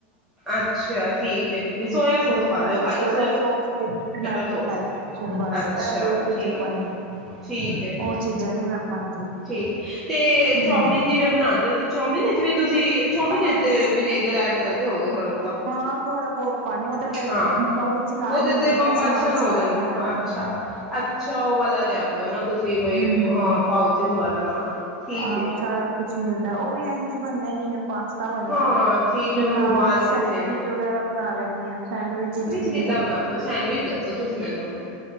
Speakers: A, in the centre; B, on the right.
A: ਅੱਛਾ ਠੀਕ ਹੈ ਠੀਕ ਹੈ ਸੋਇਆ
B: ਖ਼ਾਲੀ
A: ਸੋਸ ਪਾਉਂਦੇ ਹੋ ਖਾਲੀ
B: ਸੋਇਆ ਸੋਸ ਤੇ ਟਮੈਟੋ
A: ਸੋਸ।
B: ਬਸ, ਬਸ
A: ਅੱਛਾ
B: ਇਹ ਦੋ ਚੀਜ਼ਾਂ
A: ਠੀਕ
B: ਪਾਣੀ
A: ਹੈ
B: ਆ
A: ਠੀਕ ਹੈ।
B: ਉਹ ਚੀਜ਼ਾਂ ਨੀ ਮੈਂ ਪਾਂਦੀ
A: ਠੀਕ ਤੇ
B: ਹੂੰ
A: ਚੌਮਿਨ ਜਿਵੇਂ ਬਣਾਉਂਦੇ ਹੋ ਤੇ ਚੌਮਿਨ ਵਿਚ ਵੀ ਤੁਸੀਂ ਚੌਮਿਨ
B: ਆਸ
A: ਵਿੱਚ ਤੇ ਵਿਨੇਗਰ ਐਡ ਕਰਦੇ ਹੋਗੇ ਥੋੜਾ ਬਹੁਤਾ।
B: ਹਾਂ, ਥੋੜਾ ਬਹੁਤ ਪਾਉਣੀ ਉਹ ਤਾਂ ਫਿਰ
A: ਹਾਂ
B: ਪਾਊਚ ਨਾਲ
A: ਉਹਦੇ
B: ਹੀ ਮਿਲਦੇ
A: ਤੇ ਕੰਪਲਸ਼ਨ
B: ਨਾ ਸਮਾਨ
A: ਹੋ
B: ਸਾਰਾ
A: ਜਾਂਦੀ
B: ਨਾਲ
A: ਹਾਂ
B: ਹੀ ਮਿਲਦਾ
A: ਅੱਛਾ ਅੱਛਾ ਉਹ ਵਾਲਾ ਲਿਆਂਦੇ ਹੋ ਨਾ ਤੁਸੀਂ ਬਈ,,,
B: ਹੂੰ।
A: ਅ ਪਾਊਚਿਸ ਵਾਲਾ ਨਾਲ ਠੀਕ
B: ਹਾਂ,
A: ਏ
B: ਉਹ ਸਾਰਾ ਕੁਛ ਮਿਲਦਾ ਉਹ ਵੀ ਐਂਜ ਬਣਨਾ ਜਿਵੇਂ ਪਾਸ ਤਾ ਬਣਿਆ,
A: ਹਾਂ ਠੀਕ ਹੈ ਉਹਨੂੰ
B: ਨਾਲ
A: ਉਬਾਲ
B: ਸੈਂਡਵਿਚ
A: ਕੇ ਸੇਮ
B: ਵਗੈਰਾ, ਬਣਾ ਲੈਂਦੀ ਆ ਸੈਂਡਵਿਚ ਵਿੱਚ ਜਿਵੇਂ
A: ਕਿੱਦਾਂ ਬਣਾਉਂਦੇ ਹੋ ਸੈਂਡਵਿਚ ਦੱਸੋ ਤੁਸੀਂ ਮੈਨੂੰ ਹੁਣ